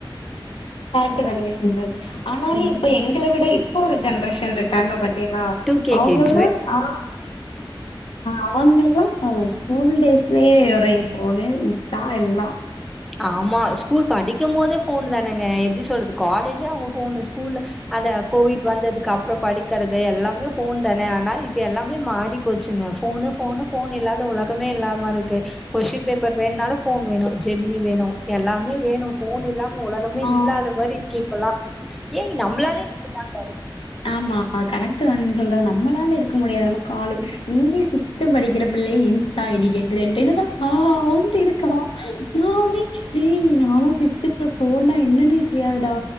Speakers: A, on the left (about 80°); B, in the centre.
A: ஃபேக்ட்டு தாங்க நீங்க சொல்றது ஆனாலு
B: ம்
A: இப்ப எங்கள விட இப்ப ஒரு ஜென்ரேஷன் இருக்காங்க பாத்தீங்ளா
B: டூ கே
A: அவுங்கள்லா
B: கிட்ஸு
A: ஆ அவங்கல்லா ஸ்கூல் டேஸ்லயே ஒரே ஃபோனு இன்ஸ்டா எல்லா
B: ஆமா ஸ்கூல் படிக்கும் போதே ஃபோனு தானுங்க எப்டி சொல்றது காலேஜே அவுங்க ஃபோனு ஸ்கூல்ல அந்த கோவிட் வந்ததுக்கு அப்பறம் படிக்கிறது எல்லாமே ஃபோன் தான அதனால இப்ப எல்லாமே மாறி போச்சுங்க ஃபோனு ஃபோனு ஃபோன் இல்லாத உலகமே இல்லாத் மார்ருக்கு கொஸ்டின் பேப்பர் வேண்னாலு ஃபோன் வேணு ஜெமினி வேணு எல்லாமே வேணு ஃபோன் இல்லாம உலகமே
A: ஆ
B: இல்லாத மாரி இருக்கு இப்பலா ஏங்க நம்ளாலே இப்டி தாங்க
A: ஆம்மா கரெக்ட்டு தான் நீ சொல்றது நம்மளால இருக்க முடியாது நமக்காலு இங்கயே சிக் ஸ்கூல் படிக்கிற புள்ளயே இன்ஸ்டா ஐ டி கேக் குதேண்டு என்னடா ஆ ஒன்ட இருக்கா நா உ நீ நீ நானு சிக்ஸ்த் ஃபிஃப் ஓனா என்னன்னே தெரியாதுடா